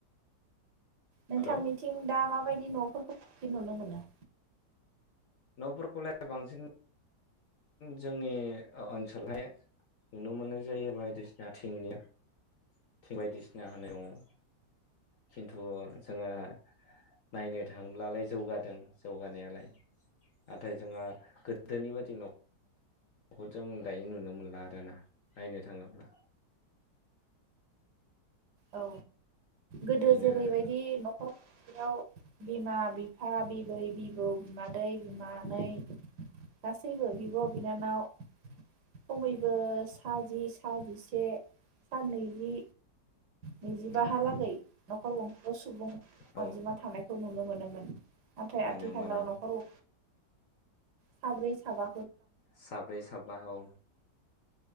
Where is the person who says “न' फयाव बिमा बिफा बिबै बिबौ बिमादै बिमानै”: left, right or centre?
Right